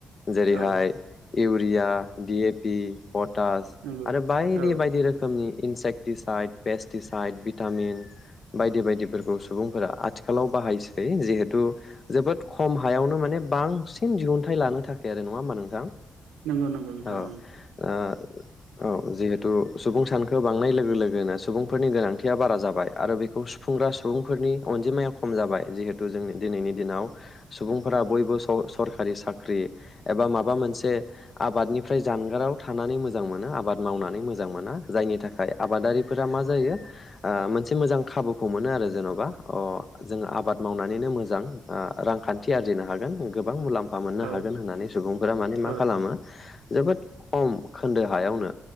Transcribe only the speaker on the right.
औ
नंगौ
औ
नंगौ नंगौ नोंथां
औ
औ